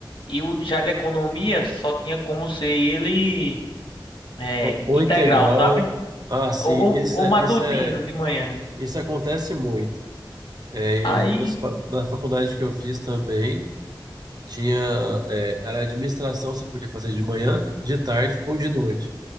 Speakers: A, on the left; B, on the right.
A: E o já de economia só tinha como ser ele é,
B: O, o
A: integral,
B: integral,
A: sabe?
B: ah, sim,
A: O,
B: isso
A: o, o
B: é,
A: matutino
B: isso é,
A: de manhã.
B: isso acontece muito. É, em
A: Aí,
B: algumas, fa- na faculdade que eu fiz também, tinha, é, era administração, você podia fazer de manhã, de tarde ou de noite.